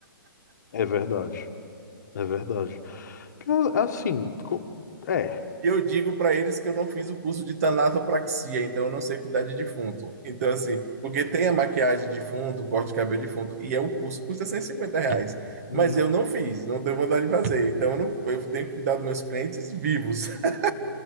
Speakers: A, on the left; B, on the right.
A: É verdade, é verdade. Pior- Assim, co- é.
B: E eu digo para eles que eu não fiz o curso de tanatopraxia, então eu não sei cuidar de defunto. Então, assim, porque tem a maquiagem de defunto, o corte de cabelo de defunto, e é um curso, custa 150 reais.
A: uhum.
B: Mas eu não fiz, não tenho vontade de fazer. Então, eu, não, eu tenho que cuidar dos meus clientes vivos. <laughs>